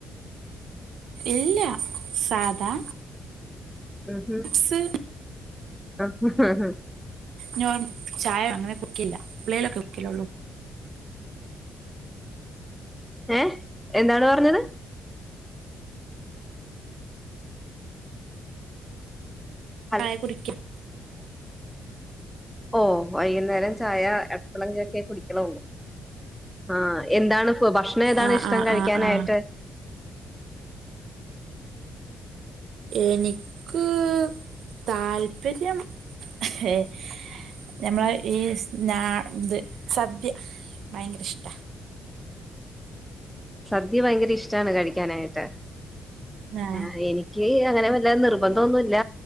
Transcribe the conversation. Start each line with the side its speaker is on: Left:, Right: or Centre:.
Right: ഇല്ല, സാധാ
Centre: ആഹ
Right: ചിപ്സ്
Centre: ഹ ആഹ ആ
Right: നോ ചായ അങ്ങനെ കുക്കില്ല. പളളിലൊക്കെ കുക്കിലുള്ളു.
Centre: ഏ എന്താണ് പറഞ്ഞത്. ഹൽ
Right: ചായ കുടിക്കാം.
Centre: ഓ വൈകുന്നേരം ചായ എടപ്പളക്കൊ ക്കെ കുടിക്കുളു ആ എന്താണ് ഭക്ഷണം ഏതാണ്
Right: ആ
Centre: ഇഷ്ടം
Right: ആ
Centre: കഴിക്കാനായിട്ട്.
Right: ആ ആ എനിക്ക് താല്പര്യം ഏഹ് ഞമ്മള് ഈ ഇത് സദ്യ ഭയങ്കര ഇഷ്ട
Centre: സദ്യ ഭയങ്കര ഇഷ്ട്ടാണ് കഴിക്കാനായിട്ട്
Right: ആ
Centre: ആഹ് എനി നിക്ക് അങ്ങനെ വല്ല നിർബന്ധമൊന്നുമില്ല